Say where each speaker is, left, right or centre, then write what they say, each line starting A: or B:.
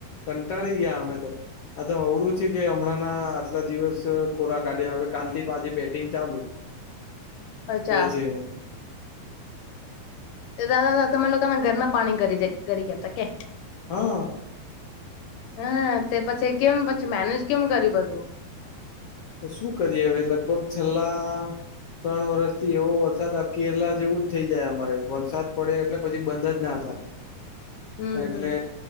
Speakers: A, on the left; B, on the left.
A: કંટાળી ગયા અમે તો આ તો હવડું છે કે હમણાં ના આટલા દિવસ કોરા કાઢ્યા હવે કાલ થી પાછી બેટિંગ ચાલુ
B: અચ્છા
A: કે છે
B: દાદાા તમે લોકોના ઘરના પાણી કરી કરી ગયા હતા કે
A: હા
B: હમ તે પછી કેમ પછી મેનેજ કેમ કરી બધું
A: તો શું કરીએ હવે લગભગ છેલ્લા ત્રણ વરષ થી એવો વરસાદ કેરલા જેવું જ થઇ જાય અમારે વરસાદ પડે એટલે પછી બંધ જ ના થાય
B: હમ
A: એટલે
B: હમ